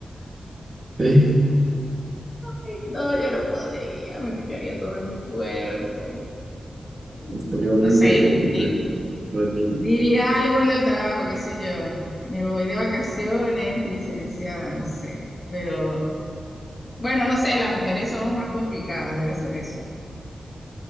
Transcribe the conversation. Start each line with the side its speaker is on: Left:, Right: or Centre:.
Right: sí,
Left: Ay, no, yo no podría, me picaría todo el cuerpo. Ay, no.
Right: estaría horrible,
Left: No sé,
Right: entonces
Left: di-
Right: lo admito.
Left: diría algo en el trabajo, qué sé yo. Me voy de vacaciones, licenciada, no sé. Pero bueno, no sé, las mujeres son más complicadas, debe ser eso.